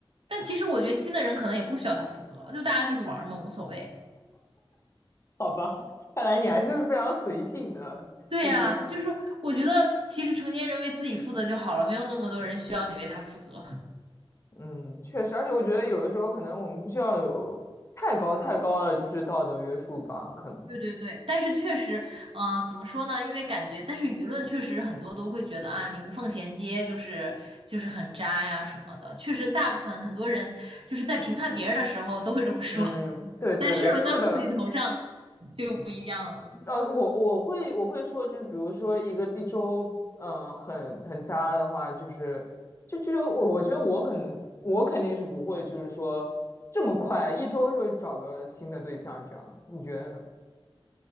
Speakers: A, on the right (about 65°); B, on the left (about 30°).
A: 但其实我觉得新的人可能也不需要他负责，就大家就是玩儿嘛，无所谓。
B: 好吧？<laughs> 看来你还是非常随性的，
A: 对呀，
B: 就是
A: 就是我觉得其实成年人为自己负责就好了，没有那么多人需要你为他负责。
B: 嗯，确实，而且我觉得有的时候可能我们不需要有太高太高的就是道德约束吧，可能。
A: 对对对，但是确实，嗯、怎么说呢？因为感觉，但是舆论确实很多都会觉得啊，你无缝衔接就是就是很渣呀什么的。确实，大部分很多人就是在评判别人的时候都会这么说，
B: 嗯，
A: <laughs>
B: 对对对，
A: 但是轮到自己头上
B: 是的，
A: 就不一样了。
B: 呃，我我会我会说，就是比如说一个一周，嗯、很很渣的话，就是就就有我我觉得我很我肯定是不会，就是说这么快一周就找个新的对象这样，你觉得呢？